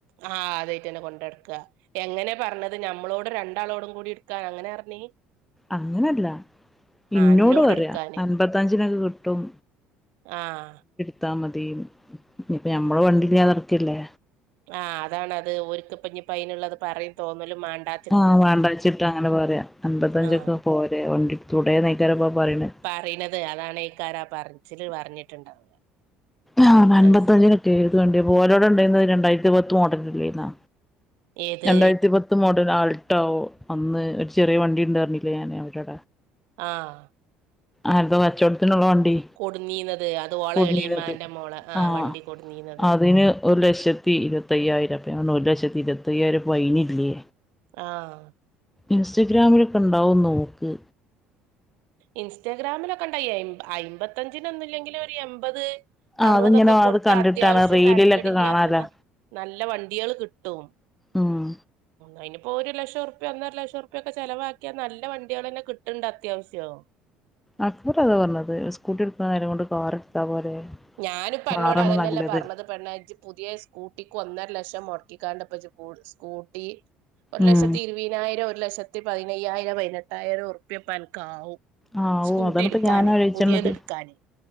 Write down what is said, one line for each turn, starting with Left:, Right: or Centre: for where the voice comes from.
Right: ആഹ് അതായിട്ട് തന്നെ കൊണ്ടെടുക എങ്ങനെ പറഞ്ഞത് നമ്മളോട് ര എങ്ങളോടും കൂടി ഇക്ക എങ്ങനെ എറന്നി
Centre: അങ്ങനല്ല ഇന്നോട്
Right: എന്നോട്
Centre: പറയാ
Right: എടുക്കാന്
Centre: അൻപത്തഞ്ചിനൊക്കെ കിട്ടും
Right: ആഹ
Centre: ട്ത്താ മതീന്ന് ഇപ്പ ഞമ്മള് വണ്ടി ഇല്ല്യാതെടക്കല്ലേ
Right: ആഹ് അതാണത് ഒരുക്ക്പ്പഞ്ഞ്പ്പയ്ന്ള്ളത് പറിം തോന്നലും മാണ്ടാ
Centre: ആഹ് വേണ്ടാഴ്ച്ചിട്ട് അങ്ങനെ പറയാ അൻപത്തഞ്ചൊക്കെ
Right: ആഹ്
Centre: പോരെ വണ്ടിട്ത്തൂടെന്നെയിക്കാരപ്പാ പറിണെ
Right: പറയുന്നത് അതാണ് ഈക്കാരാ പറച്ചില് പറഞ്ഞിട്ടുണ്ടാവുക.
Centre: ആഹ് അൻപത്തഞ്ചിനൊക്കെ
Right: അത് ശരി
Centre: ഏത് വേണ്ടിയപ്പോ ഓലൊടെ ഇണ്ടായിന്നത് രണ്ടായിരത്തി പത്ത് മൊഡല് അല്ലെന്നോ
Right: ഏത്
Centre: രണ്ടായിരത്തി പത്ത് മോഡൽ ആൾട്ടോവും അന്ന് ഒരു ചെറിയ വണ്ടിണ്ട്റഞ്ഞിലെ ഞാന് അവര്ടെ
Right: ആഹ്
Centre: ആര്തോ കച്ചോടത്തിനുള്ള വണ്ടി
Right: കൊടുന്നീന്നത് അത് ഓള
Centre: കൊടുന്നീന്നത്
Right: എളീമാന്റെ മോള ആ
Centre: ആഹ്
Right: വണ്ടി കൊടുന്നീന്നത്
Centre: അതിന് ഒരു ലക്ഷ പി ഇരുവത്തയ്യായിരറ്പ്യ ഞാൻ പറഞ്ഞ് ഒരു ലക്ഷത്തി ഇരുപത്തയ്യായിരം ഫൈനില്ലെ
Right: ആഹ്
Centre: ഇൻസ്റ്റഗ്രാമിലൊക്കെണ്ടാവും നോക്ക്
Right: ഇൻസ്റ്റാഗ്രാമിലൊക്കെണ്ടായി അയി അയിമ്പത്തഞ്ചിനൊന്നും ഇല്ലെങ്കിലും ഒരു എബത്
Centre: ആഹ്
Right: അറുപതൊക്കെ
Centre: അതിങ്ങനെ
Right: കൊടുത്ത
Centre: അത് കണ്ടിട്ടാണ്
Right: അത്യാവശ്യം
Centre: റീലിലൊക്കെ
Right: തെരക്കടില്ലാത്ത
Centre: കാണാലോ
Right: ന നല്ല വണ്ടികൾ കിട്ടും
Centre: ആഹ്
Right: അയിനിപ്പോ ഒരു ലക്ഷം റൂപ്യ ഒന്നര ലക്ഷംറുപ്യക്കെ ചിലവാക്കിയാ നല്ല വണ്ടികൾ തന്നെ കിട്ടണ്ടണ്ട് അത്യാവശ്യോ
Centre: അക്ബർ അതാ പറഞ്ഞത് സ്കൂട്ടി എടുക്കുന്ന നേരം കൊണ്ട് കാർ എടുത്താ പോരെ
Right: ഞാനിപ്പ അന്നോട്
Centre: കാറാണ്
Right: അതന്നെല്ല
Centre: നല്ലത്
Right: പറഞ്ഞത് പെണ്ണെ ജ് പുതിയ സ്കൂട്ടിക്ക് ഒന്നര ലക്ഷം മുടക്കിക്കാണ്ട്പ്പജ്ജ് സ് സ്കൂട്ടി ഒരു
Centre: ഉം
Right: ലക്ഷത്തി ഇരുപതിനായിരം ഒരു ലക്ഷത്തി പതിനയ്യായിരം പതിനെട്ടായിരം ഉറപ്പിയപ്പ അനക്ക് ആവും.
Centre: ആഹ്
Right: സ്കൂട്ടിട്ക്കാന്
Centre: ഓ അതാണിപ്പ ഞാൻ ആലോചിച്ചണത്
Right: പുതിയത്ട്ക്കാന്